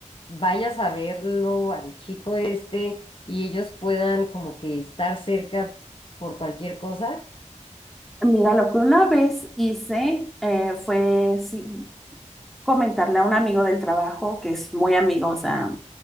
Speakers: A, on the left; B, in the centre.
A: vayas a verlo al chico este y ellos puedan como que estar cerca por cualquier cosa?
B: Mira, lo que una vez hice eh, fue sí, comentarle a un amigo del trabajo, que es muy amigo, o sea,